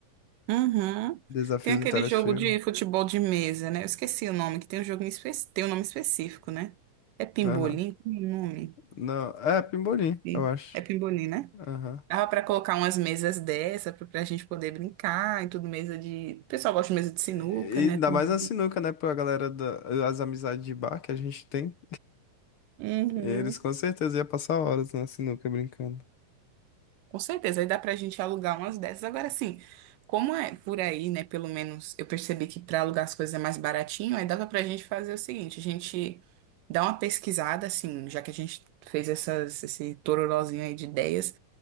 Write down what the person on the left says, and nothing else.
desafios
interativos.
Aham.
Não, é pimbolim,
eu acho.
Aham.
E
e ainda
mais a sinuca, né? Pra galera da, as amizades de bar que a gente tem.
Eles com certeza iam passar horas na sinuca brincando.